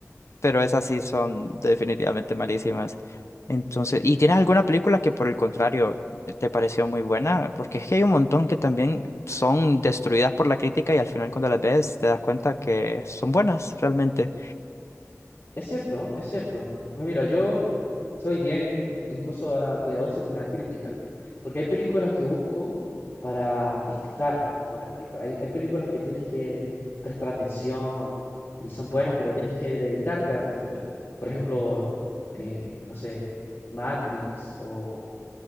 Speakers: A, on the left (about 60°); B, on the left (about 40°).
A: pero esas sí son definitivamente malísimas. Entonces, ¿y tienes alguna película que por el contrario te pareció muy buena? Porque es que hay un montón que también son destruidas por la crítica y al final cuando las ves te das cuenta que son buenas realmente.
B: Es cierto, es cierto. Pues mira, yo soy bien, incluso ahora cuidadoso con la crítica, porque hay películas que busco para disfrutar una buena película. Hay, hay películas que tienes que prestar atención y son buenas, pero tienes que dedicarte a la película. Por ejemplo, eh, no sé, Matrix o